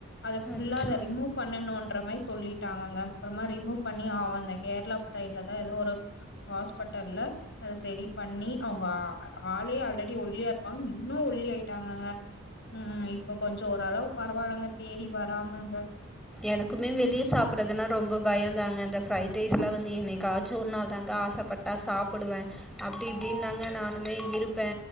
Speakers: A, on the left; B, in the centre.
A: அத ஃபுல்லா
B: அச்சோ
A: அத ரிமூவ் பண்ணணுன்ற மாயி சொல்லிட்டாங்கங்க அப்பறமா ரிமூவ் பண்ணி அவ அந்த கேர்ளா சைட்ல அ எதோ ஒரு ஹாஸ்பட்டல்ல அத செரி பண்ணி அவ்ங்க ஆளே ஆல்ரெடி ஒள்ளியா இருப்பாங்க இன்னு ஒள்ளி ஆயிட்டாங்கங்க ம் இப்ப கொஞ்ச ஓரளவு பரவால்லங்க தேறி வராங்கங்க
B: எனக்குமே வெளிய சாப்ட்றதுனா ரொம்ப பயோந்தாங்க இந்த ஃப்ரைட் ரைஸ்லா வந்து என்னைக்காச்சு ஒரு நாள் தாங்க ஆசப்பட்டா சாப்புடுவே அப்டி இப்படின்தாங்க நானுமே இருப்பே